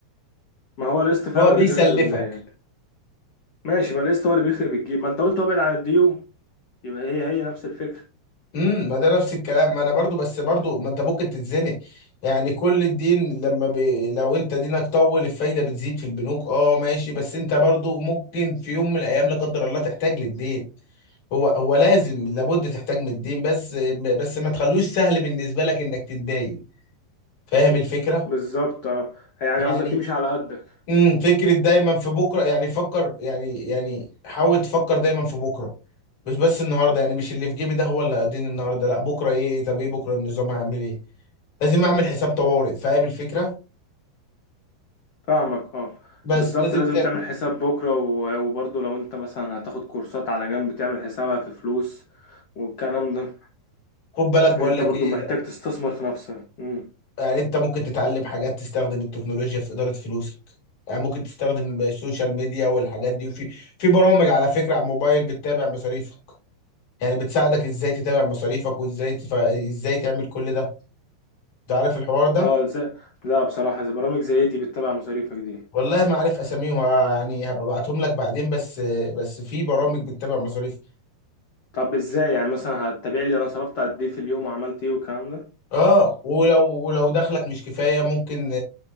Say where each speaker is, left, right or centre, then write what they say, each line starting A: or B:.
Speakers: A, on the left; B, on the left.
A: ما هو القسط فعلا
B: هو بيسلفك
A: اللي بيخرب ال ماشي ما القسط هو اللي بيخرب الجيب ما انت قلت ابعد عن الديون يبقى هي هي نفس الفكره
B: امم ما ده نفس الكلام ما انا برضو بس برضو ما انت ممكن تتزنق يعني كل الدين لما بي... لو انت دينك طول الفايده بتزيد في البنوك اه ماشي بس انت برضو ممكن في يوم من الايام لا قدر الله تحتاج للدين هو هو لازم لابد تحتاج من الدين بس بس ما تخلوش سهل بالنسبه لك انك تتدين فاهم الفكره
A: بالظبط اه يعني
B: يعني
A: قصدك تمشي على قدك
B: امم فكره دايما في بكره يعني فكر يعني يعني حاول تفكر دايما في بكره مش بس النهارده يعني مش اللي في جيبي ده هو اللي هيديني النهارده لا بكره ايه طب ايه بكره النظام هعمل ايه لازم اعمل حساب طوارئ فاهم الفكره
A: فاهمك اه
B: بس
A: بالظبط
B: لازم
A: لازم
B: تعمل
A: تعمل حساب بكرة و- وبرضه لو انت مثلا هتاخد كورسات على جنب تعمل حسابها في فلوس والكلام ده
B: خد بالك بقول
A: ان انت
B: لك
A: برضه
B: ايه
A: محتاج تستثمر في نفسك مم.
B: يعني انت ممكن تتعلم حاجات تستخدم التكنولوجيا في اداره فلوسك يعني ممكن تستخدم السوشيال ميديا والحاجات دي في في برامج على فكره على الموبايل بتتابع مصاريفك يعني بتساعدك ازاي تتابع مصاريفك وازاي تف... ازاي تعمل كل ده انت عارف الحوار ده
A: اه ازاي لا بصراحة زي برامج زي دي بتتابع مصاريفك دي
B: والله ما عارف اساميهم آه، يعني هبقى ابعتهم لك بعدين بس بس في برامج بتتابع مصاريفك
A: طب ازاي يعني مثلا هتتابع لي انا صرفت قد ايه في اليوم وعملت ايه والكلام ده
B: اه ولو ولو دخلك مش كفايه ممكن